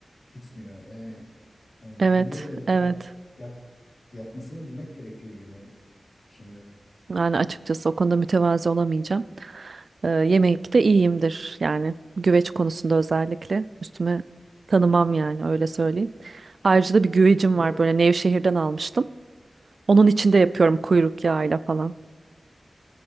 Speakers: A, on the left; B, on the right.
A: gitmiyor. Yani hani
B: Evet,
A: bir yemeği de
B: evet.
A: yap, yap, yapmasını bilmek gerekiyor yemeği. Şimdi
B: Yani açıkçası o konuda mütevazi olamayacağım. Ee, yemekte iyiyimdir yani güveç konusunda özellikle üstüme tanımam yani öyle söyleyeyim. Ayrıca da bir güvecim
A: bir
B: var
A: kere
B: böyle Nevşehir'den almıştım. Onun içinde yapıyorum kuyruk yağıyla falan.